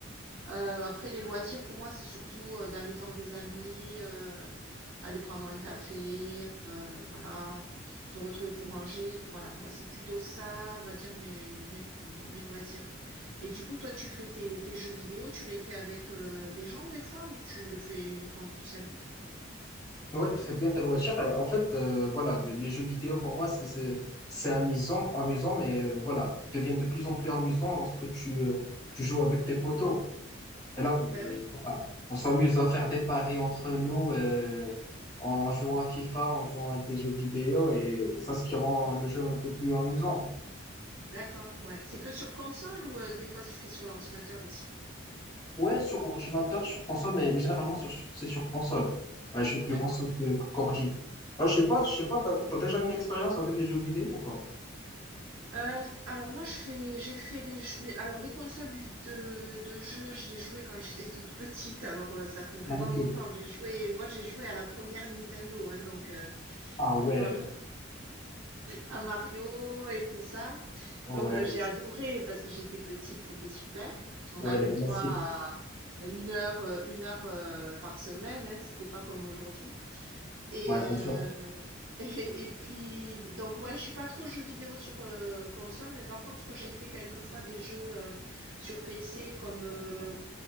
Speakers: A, on the right (about 80°); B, on the left (about 20°).
A: Euh, après, les loisirs, pour moi, c'est surtout euh, d'aller voir des amis, euh, aller prendre un café, euh, voilà, se retrouver pour manger. Voilà, moi, c'est plutôt ça, on va dire, mes, mes, mes loisirs. Et du coup, toi, tu fais tes, tes jeux vidéo, tu les fais avec euh, des gens des fois ou tu le fais uniquement tout seul?
B: Ouais, très bien, tes loisirs. Euh, En fait, euh, voilà, le- les jeux vidéo, pour moi, c'est c'est c'est amusant, amusant, mais euh, voilà, ils deviennent de plus en plus amusants lorsque tu, euh, tu joues avec tes potos. Et là, euh,
A: Ben oui,
B: voilà, on s'amuse à faire des paris entre nous euh, en jouant à FIFA, en jouant à des jeux vidéo, et ça, ce qui rend le jeu un peu plus amusant.
A: d'accord, ouais. C'est que sur console ou euh, des fois tu fais sur l'ordinateur aussi?
B: Ouais, sur ordinateur, sur console, mais, mais généralement, sur, c'est sur console. Ouais, je suis plus
A: D'accord,
B: console que, que ordi. Ah, je sais pas,
A: ok.
B: je sais pas, t'as, t'as déjà une expérience avec les jeux vidéo ou pas?
A: Heu, alors moi je fais j'ai fait les jeux mais alors les consoles de de jeux, j'y ai joué quand <laughs> j'étais toute petite, alors, heu, ça fait vraiment
B: Ah, ok.
A: longtemps. J'ai joué moi j'ai joué à la première Nintendo, hein, donc, heu,
B: Ah ouais,
A: donc voilà, à Mario et tout ça.
B: ouais,
A: Donc, heu, j'ai adoré parce que j'étais petite, c'était super. On
B: ouais,
A: avait
B: les classiques.
A: le droit à à 1 heure, heu, 1 heure, heu, par semaine, hein, c'était pas comme aujourd'hui. Et,
B: Ouais, bien
A: euh,
B: sûr.
A: <laughs> et, et puis, donc, ouais, je suis pas trop jeux vidéo sur euh, console, mais par contre, j'ai fait quelques fois des jeux euh, sur PC comme euh,